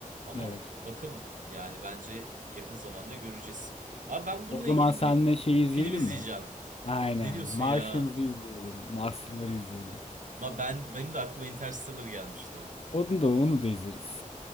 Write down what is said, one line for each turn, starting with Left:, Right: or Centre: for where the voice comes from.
Right: Ama
Left: Evet.
Right: bakalım. Yani bence yakın zamanda göreceğiz. Abi ben bununla
Left: O zaman
Right: ilgili
Left: seninle
Right: bir
Left: şeyi izleyelim
Right: film izleyeceğim.
Left: mi? Aynen.
Right: Ne diyorsun
Left: Martians'ı
Right: ya?
Left: izleyelim. Marslıları izleyelim.
Right: Ma ben benim de aklıma Interstellar gelmişti.
Left: Onu da onu da izleriz.